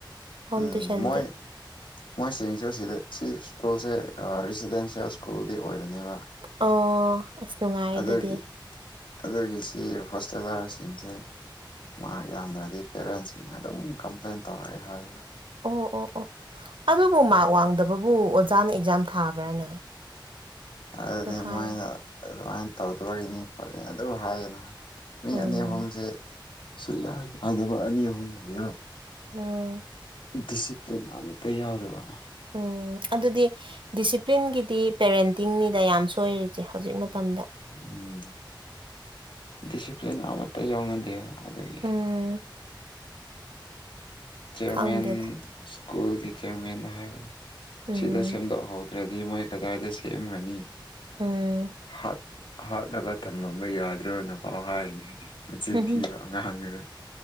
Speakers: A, on the right; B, on the left.
A: ꯍꯣꯝ
B: ꯎꯝ
A: ꯇꯨꯏꯁꯟꯗꯤ
B: ꯃꯣꯏ ꯃꯣꯏꯁꯤꯡꯁꯨ ꯁꯤꯗ ꯁꯤ ꯁ꯭ꯀꯨꯜꯁꯦ ꯔꯤꯁꯤꯗꯦꯟꯁꯤꯌꯦꯜ ꯁ꯭ꯀꯨꯜꯗꯤ ꯑꯣꯏꯕꯅꯦꯕ
A: ꯑꯣ ꯑꯁ ꯅꯨꯡꯉꯥꯏ
B: ꯑꯗꯨꯒꯤ
A: ꯑꯗꯨꯗꯤ
B: ꯑꯗꯨꯒꯤ ꯁꯤ ꯍꯣꯁꯇꯦꯂꯥꯔꯁꯤꯡꯁꯦ ꯃꯥ ꯌꯥꯝꯗ꯭ꯔꯗꯤ ꯄꯦꯔꯦꯟꯁꯤꯡꯅ ꯑꯗꯨꯝ ꯀꯝꯄ꯭ꯂꯦꯟ ꯇꯧꯔꯛꯑꯦ ꯍꯥꯏꯌꯦ
A: ꯑꯣ ꯑꯣ ꯑꯣ ꯑꯗꯨꯕꯨ ꯃꯥꯔꯛ ꯋꯥꯡꯗꯕꯕꯨ ꯑꯣꯖꯥꯅ ꯑꯦꯛꯖꯥꯝ ꯊꯥꯕ꯭ꯔꯥꯅꯦ
B: ꯑꯗꯨꯗꯤ
A: ꯑꯗꯣ ꯍꯥꯏꯌꯨ
B: ꯃꯣꯏꯅ ꯑꯗꯨꯃꯥꯏꯅ ꯇꯧꯗꯕꯒꯤꯅꯤ ꯈꯣꯠꯂꯤꯅꯤ ꯑꯗꯨ ꯍꯥꯏꯌꯦꯅ ꯃꯤ
A: ꯎꯝ
B: ꯑꯅꯤ ꯑꯍꯨꯝꯁꯦ ꯁꯨꯛꯌꯥ ꯌꯥꯗꯕ ꯑꯅꯤ ꯑꯍꯨꯝ ꯂꯩꯕ
A: ꯎꯝ
B: ꯗꯤꯁꯤꯄ꯭ꯂꯤꯟ ꯑꯃꯇ ꯌꯥꯎꯗꯕ
A: ꯎꯝ ꯑꯗꯨꯗꯤ ꯗꯤꯁꯤꯄ꯭ꯂꯤꯟꯒꯤꯗꯤ ꯄꯦꯔꯦꯟꯇꯤꯡꯅꯤꯗ ꯌꯥꯝꯅ ꯁꯣꯏꯔꯤꯁꯦ ꯍꯧꯖꯤꯛ ꯃꯇꯝꯗ
B: ꯎꯝ ꯗꯤꯁꯤꯄ꯭ꯂꯤꯟ ꯑꯃꯠꯇ ꯌꯥꯎꯅꯗꯦꯕ ꯑꯗꯨꯒꯤ
A: ꯎꯝ
B: ꯆꯤꯌꯔꯃꯦꯟ
A: ꯈꯪꯗꯦꯗ
B: ꯁ꯭ꯀꯨꯜꯒꯤ ꯆꯤꯌꯔꯃꯦꯟ ꯍꯥꯏꯕꯅꯤ
A: ꯎꯝ
B: ꯁꯤꯗ ꯁꯦꯝꯗꯣꯛꯍꯧꯗ꯭ꯔꯗꯤ ꯃꯣꯏ ꯀꯗꯥꯏꯗ ꯁꯦꯝꯒꯔꯅꯤ
A: ꯎꯝ
B: ꯍꯥ ꯍꯥꯠꯂꯒ ꯊꯝꯂꯝꯕ ꯌꯥꯗ꯭ꯔꯣ ꯅꯄꯥ ꯍꯥꯏꯅꯤ ꯃꯆꯤꯟ
A: ꯍꯝꯍꯝ
B: ꯊꯤꯕ ꯑꯉꯥꯡꯅꯤꯗ ꯫